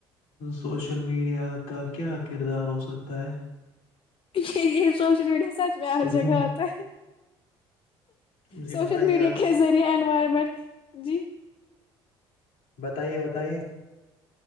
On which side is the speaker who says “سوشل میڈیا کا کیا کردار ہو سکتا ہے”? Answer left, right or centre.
Left